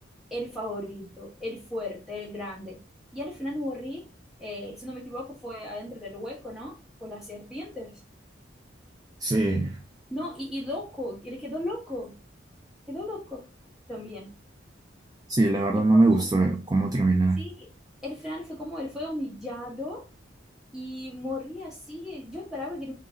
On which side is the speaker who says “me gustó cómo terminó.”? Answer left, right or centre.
Right